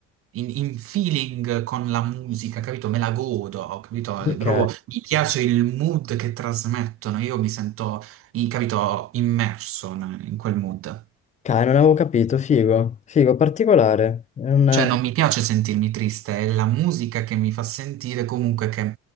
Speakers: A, on the right (about 50°); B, on the left (about 25°).
A: in- in feeling con la musica, capito? Me la godo, capito? È
B: Ok.
A: Proprio mi piace il mood che trasmettono, io mi sento in- capito, immerso in in quel mood.
B: Cai, non avevo capito, figo, figo, particolare. È una...
A: Cioè, non mi piace sentirmi triste, è la musica che mi fa sentire comunque che